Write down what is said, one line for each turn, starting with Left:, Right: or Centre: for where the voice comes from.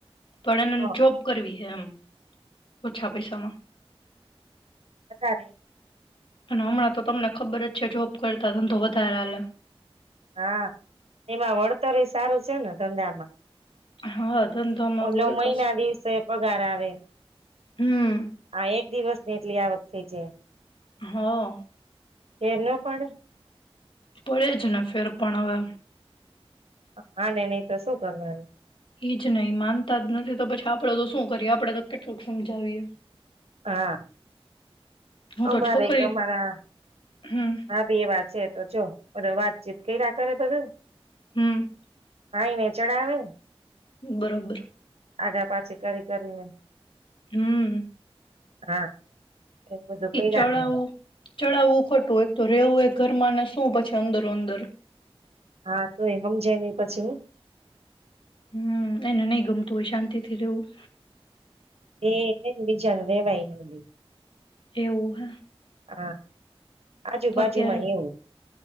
Left: પડેને
Right: હ
Left: જોબ કરવી છે એમ. ઓછા પૈસામાં.
Right: વધારે
Left: અને હમણાં તો તમને ખબર જ છે જોબ કરતા ધંધો વધારે હાલે
Right: હા એમાં વળતર સારું છે ને ધંધામાં.
Left: હા. ધંધામાં
Right: ઓલો
Left: બહુ
Right: મહિના
Left: સસ્તું
Right: દિવસે પગાર આવે
Left: હમ
Right: આ એક. દિવસ ની એટલી આવ વકત થઈ છે.
Left: હા.
Right: એનું પણ.
Left: પડે જ ને ફેર પણ હવે.
Right: હા ને નહી તો શું કરવાનું.
Left: એજ નહીિ માનતા જ નથી તો પછી આપડે તો શું કરીએ આપડે તો કેટલુંક હમજાવીએ.
Right: હા.
Left: હું
Right: અમારે
Left: તો છોકરી
Right: એક અમારા.
Left: હમ
Right: હા ભી એ વાત છે તો જો બધા વાત. ચીપકાઈ રાકારે બગ <unintelligible>
Left: હમ.
Right: આઇ ને ચડાવે
Left: બરોબર.
Right: આઘા પાછી કરી કરીને.
Left: હમ.
Right: હા. બધું કર્યા
Left: એ ચડાવું
Right: કરે
Left: ચડાવું ખોટું હોય તો રેવું એ ઘરમાં ને શું પછી અંદરો અંદર.
Right: હા તો એ હમજે નહીં પછી હું.
Left: હમ એને નહી ગમતું હોય શાંતિથી રહેવું.
Right: એ <unintelligible>
Left: એવુ હ.
Right: હા. આજુબાજુમાં
Left: તો અત્યારે,
Right: એવું